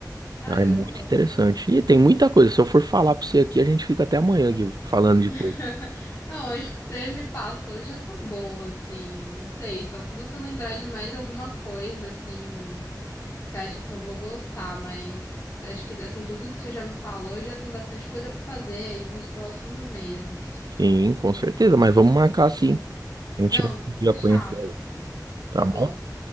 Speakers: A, on the left (about 25°); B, on the right (about 65°).
A: Caramba.
B: Ah, é muito interessante. E tem muita coisa. Se eu for falar pra você aqui, a gente fica até amanhã aqui falando de
A: <laughs>
B: coisa.
A: Não, acho que você me passou já tá bom, assim. Não sei, só se você lembrar de mais alguma coisa, assim. que você acha que eu vou gostar, mas acho que assim, tudo que você já me falou já tem bastante coisa pra fazer aí nos próximos meses.
B: Sim, com certeza, mas vamos marcar sim. A gente
A: Não,
B: vai
A: então
B: um dia
A: fechado.
B: conhecer aí,
A: Tá
B: tá
A: bom.
B: bom?